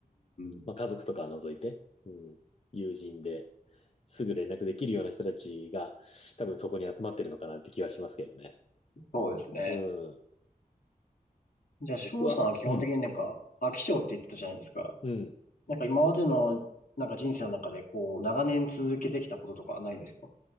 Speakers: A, on the left; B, on the left.
A: ん。
B: まあ家族とかは除いて、うん、友人ですぐ連絡できるような人たちが多分そこに集まってるのかなって気はしますけどね。
A: そうですね。
B: うん。
A: じゃあ、翔さんは基本的になんか、
B: 僕は、うん、
A: 飽き性って言ってたじゃないですか。
B: うん。
A: なんか今までの、なんか人生の中で、こう、長年続けてきたこととかないんですか